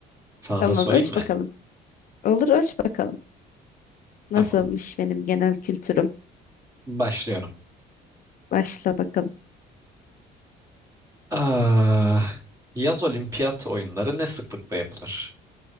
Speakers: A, on the right (about 20°); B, on the left (about 55°).
A: Sana
B: Tamam,
A: da sorayım
B: ölç
A: mı?
B: bakalım. Olur, ölç bakalım. Nasılmış
A: Tamam.
B: benim genel kültürüm?
A: Başlıyorum.
B: Başla bakalım.
A: Ah, yaz olimpiyat oyunları ne sıklıkla yapılır?